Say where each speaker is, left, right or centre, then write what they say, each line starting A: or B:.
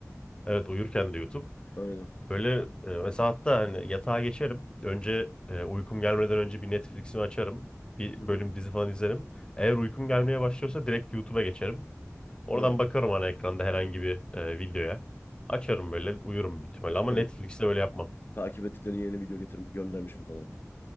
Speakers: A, on the left; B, on the left.
A: Evet uyurken de YouTube.
B: Aynen.
A: Böyle e, mesela hatta hani yatağa geçerim. Önce e, uykum gelmeden önce bir Netflix'imi açarım. Bir
B: Hı hı.
A: bölüm dizi falan izlerim. Eğer uykum gelmeye başlıyorsa direkt YouTube'a geçerim. Oradan
B: Ha,
A: bakarım ana ekranda herhangi bir e, videoya. Açarım böyle uyurum büyük ihtimalle
B: şey.
A: ama Netflix'te öyle yapmam.
B: Takip ettiklerin yeni video getir göndermiş mi falan.